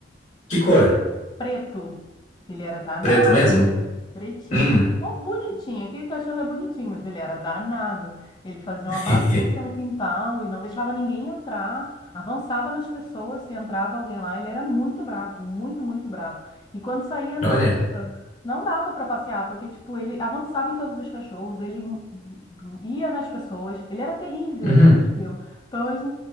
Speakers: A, on the left; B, on the left.
A: Que cor?
B: preto. Ele era danado,
A: Preto mesmo?
B: pretinho.
A: Hum.
B: Oh, bonitinho, aquele cachorro é bonitinho, mas ele era danado. Ele fazia
A: <laughs>
B: uma bagunça no quintal e não deixava ninguém entrar, avançava nas pessoas, se entrava alguém lá, ele era muito bravo, muito, muito bravo. E quando saía na
A: Olha.
B: rua, não dava para passear, porque tipo, ele avançava em todos os cachorros, ele m- m- ia nas pessoas, ele era terrível,
A: Uhum.
B: terrível. Então, a gente